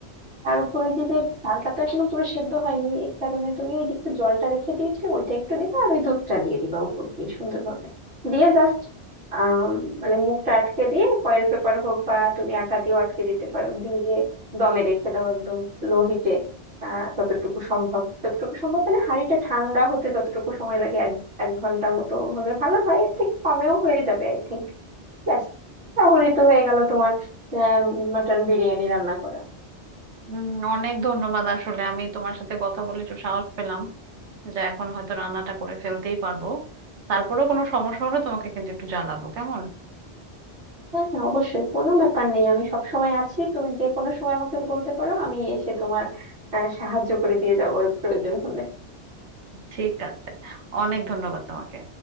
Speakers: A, on the right; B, on the right.
A: তার উপরে যে যে চালটা তো এখনো পুরো সেদ্ধ হয়নি এই কারণে তুমি ওই যে একটু জলটা রেখে দিয়েছিলে ওইটা একটু দিবা আর ওই দুধটা দিয়ে দিবা উপর দিয়ে সুন্দরভাবে দিয়ে জাস্ট আহ মানে মুখটা আটকে দিয়ে ফয়েল পেপার হোক বা তুমি আটা দিয়েও আটকে দিতে পারো দিয়ে দমে রেখে দাও একদম লো হিটে আহ যতটুকু সম্ভব যতটুকু সম্ভব মানে হাঁড়িটা ঠান্ডা হতে যতটুকু সময় লাগে এক এক ঘন্টা মতো হলে ভালো হয় এর থেকে কমেও হয়ে যাবে আই থিঙ্ক ব্যাস তাহলেই তো হয়ে গেল তোমার মাটন বিরিয়ানি রান্না করা
B: উম, অনেক ধন্যবাদ আসলে আমি তোমার সাথে কথা বলে একটু সাহস পেলাম যে এখন হয়তো রান্নাটা করে ফেলতেই পারবো তারপরেও কোনো সমস্যা হলে তোমাকে কিন্তু একটু জানাবো কেমন
A: হ্যাঁ হ্যাঁ অবশ্যই কোনো ব্যাপার নেই আমি সব সময় আছি তুমি যে কোনো সময় আমাকে বলতে পারো আমি এসে তোমার আহ, সাহায্য করে দিয়ে যাবো প্রয়োজন হলে
B: ঠিক আছে অনেক ধন্যবাদ তোমাকে